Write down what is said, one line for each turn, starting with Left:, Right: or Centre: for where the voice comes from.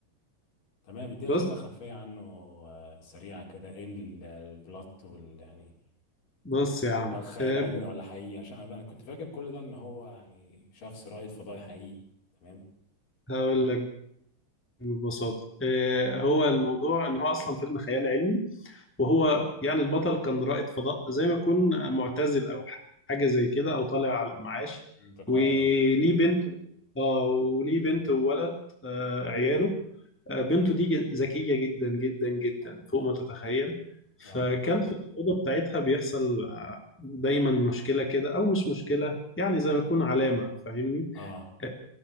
Left: تمام ادينا
Centre: بص
Left: كده خلفيه عنه آه، سريعه كده ايه ال- البلوت وال يعني
Centre: بص يا عم
Left: وهل خيال
Centre: آه،
Left: علمي ولا حقيقي يعني عشان انا أنا كنت فاكر كل ده ان هو يعني شخص رائد فضائي حقيقي تمام
Centre: هقول لك ببساطة آه، هو الموضوع إن هو أصلا فيلم خيال علمي وهو يعني البطل كان رائد فضاء زي ما يكون معتزل أو حاجة زي كده أو طالع على المعاش
Left: ده قاعدة
Centre: وليه
Left: اه
Centre: بنت اه وليه بنت وولد آه، عياله آه، بنته دي ج- ذكية جدا جدا جدا فوق ما تتخيل فكان
Left: اه
Centre: في الأوضة بتاعتها بيحصل آه، دايما مشكلة كده أو مش مشكلة يعني زي ما يكون علامة فاهمني
Left: اه
Centre: آه،